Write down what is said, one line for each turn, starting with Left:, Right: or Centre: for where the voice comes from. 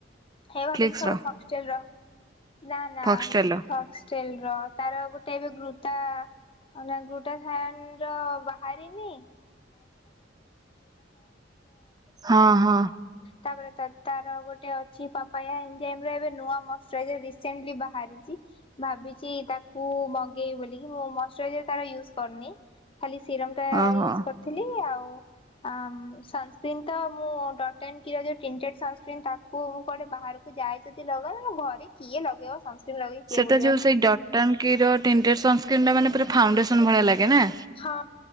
Left: ହେ ଭାବିଲି
Right: ଫ୍ଲିକ୍ସ
Left: ସବୁ
Right: ର
Left: ହଷ୍ଟେଲ ର ନା ନା
Right: ଫକ୍ସଟେଲ ର
Left: ଥ ଷ୍ଟେଲେ ର ତାର ଗୋଟେ ଏବେ ଗୁତା ମାନେ ଗୃତା ହାଣ୍ଡ ର ବା ଖାରିନି।
Right: ହଁ ହଁ
Left: ତାପରେ ତା ତାର ଗୋଟେ ଅ ଛି ପାପେୟା ଏମିତି ଟାଇମ୍ ରେ ନୂଆ ମସ୍‌ ରାଇଜର ରସେଣ୍ଟି ବାହାରିଛି। ଭାବିଛି ତାକୁ ମଗେଇବି ବୋଳିକି ମୁଁ ମଶ୍ଚରାଇଜର ତାର ୟୁଜ୍ କରୁନି। ଖାଲି ସିରମ୍ ଟା
Right: ଓହୋ।
Left: ୟୁଜ୍‌ କରିଥିଲି ଆଉ ଆ ସନସ୍କିନି ତ ମୁଁ ଡ଼ଟଇଂନି କିଅର ପ୍ରିଣ୍ଟେଡ୍ ସନ୍ ସ୍କିନ ତା କୁ ମୁଁ କୁଆଡେ ବାହାରକୁ ଯାଏ ଯଦି ଲଗାଏ ମୁଁ ଘରେ କିଏ ଲଗେଇବ। ସନସ୍କିନ୍ ଲଗେଇ କିଏ
Right: ସେଟା
Left: ବୁଲିବ।
Right: ଯୋଉ ସେଇ ଡଟଟଙ୍କିର ଟେଣ୍ଟର ସଂସ୍କ୍ରିନ ଟା ମାନେ ପୁରା ଫାଉଣ୍ଡେସନ ଭଳିଆ ଲାଗେ ନା।
Left: ହଁ